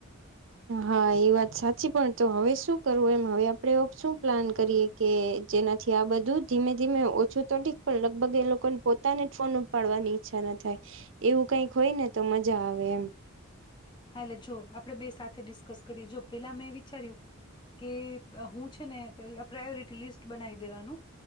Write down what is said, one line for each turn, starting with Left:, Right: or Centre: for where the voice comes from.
Right: હા ઈ વાત સાચી પણ તો હવે શું કરવું એમ હવે આપડે શું પ્લાન કરીએ કે જેનાથી આ બધું ધીમે ધીમે ઓછું તો ઠીક પણ લગભગ એ લોકોને પોતાને જ ફોન ઉપાડવાની ઈચ્છા ના થાય એવું કઈક હોય ને તો મજા આવે એમ
Left: હા એટલે જો આપડે બે સાથે ડિસ્કસ કરીએ જો પેલા મેં વિચાર્યું કે હું છે ને પે પ્રાયોરિટી લિસ્ટ બનાવી દેવાનું